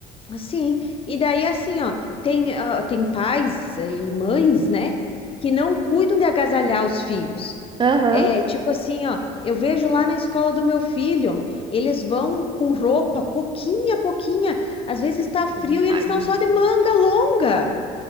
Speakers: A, on the left; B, on the right.
A: assim. E daí, assim, ó, tem, ah, tem pais e mães, né, que não cuidam de agasalhar os filhos.
B: Aham.
A: É, tipo assim, ó, eu vejo lá na escola do meu filho, eles vão com roupa pouquinha a pouquinha, às vezes tá frio
B: Tadinho, tadinho.
A: e eles estão só de manga longa.